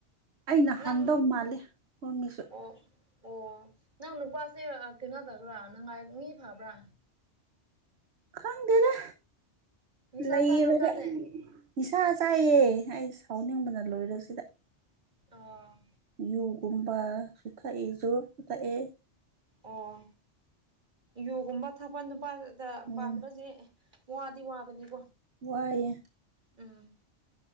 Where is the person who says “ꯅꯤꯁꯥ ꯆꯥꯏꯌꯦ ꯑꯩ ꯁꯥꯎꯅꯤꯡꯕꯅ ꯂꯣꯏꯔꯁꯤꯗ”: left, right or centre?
Right